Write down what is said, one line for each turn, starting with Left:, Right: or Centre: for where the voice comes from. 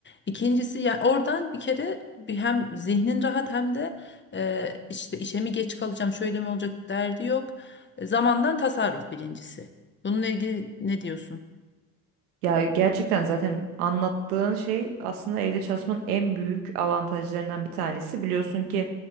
Left: İkincisi yani oradan bir kere bir hem zihnin rahat hem de ee, işte işe mi geç kalacağım, şöyle mi olacak derdi yok. E, Zamandan tasarruf birincisi. Bununla ilgili ne diyorsun?
Right: Ya gerçekten zaten anlattığın şey aslında evde çalışmanın en büyük avantajlarından bir tanesi. Biliyorsun ki